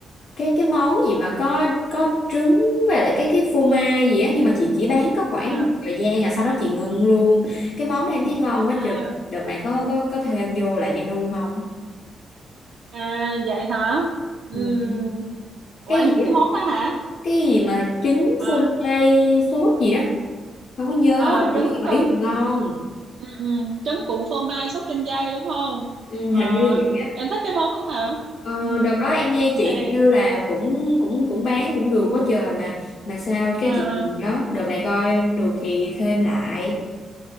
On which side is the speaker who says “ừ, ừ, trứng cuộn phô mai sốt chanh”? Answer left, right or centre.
Right